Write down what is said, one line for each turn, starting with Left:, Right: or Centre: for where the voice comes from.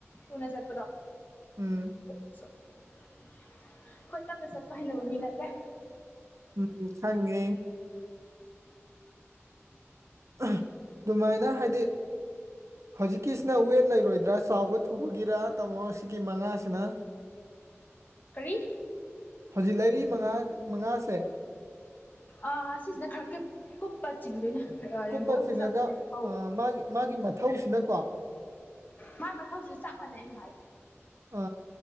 Left: ꯊꯨꯅ ꯆꯠꯄꯗꯣ
Right: ꯎꯝ
Left: ꯑꯩꯈꯣꯏ ꯇꯞꯅ ꯆꯠꯄ ꯍꯩꯅꯕ ꯃꯤ ꯅꯠꯇꯦ
Right: ꯎꯝ ꯍꯪꯉꯦ ꯑꯗꯨꯃꯥꯏꯅ ꯍꯥꯏꯗꯤ ꯍꯧꯖꯤꯛꯀꯤꯁꯤꯅ ꯋꯦꯠ ꯂꯩꯔꯣꯏꯗ꯭ꯔꯥ ꯆꯥꯎꯕ ꯊꯨꯕꯒꯤꯔꯥ ꯇꯥꯃꯣ ꯁꯤꯒꯤ ꯃꯉꯥꯁꯤꯅ
Left: ꯀꯔꯤ
Right: ꯍꯧꯖꯤꯛ ꯂꯩꯔꯤ ꯃꯉꯥ ꯃꯉꯥꯁꯦ
Left: ꯑꯥ ꯁꯤꯁꯤꯅ ꯈꯔ ꯀꯩ ꯀꯨꯞꯄ ꯆꯤꯡꯗꯣꯏꯅꯦ
Right: ꯀꯨꯞꯄ
Left: ꯔꯦꯝꯕꯣ
Right: ꯆꯤꯡꯉꯒ
Left: ꯄꯤꯖꯕꯗꯨꯅ ꯍꯦꯟꯀꯧꯋ
Right: ꯑꯥ ꯃꯥꯒꯤ ꯃꯥꯒꯤ ꯃꯠ ꯊꯧꯁꯤꯅꯀꯣ
Left: ꯃꯥꯏ ꯃꯊꯧꯁꯤ ꯆꯞ ꯃꯥꯟꯅꯩ ꯑꯩꯅ ꯍꯥꯏꯗꯣ
Right: ꯑ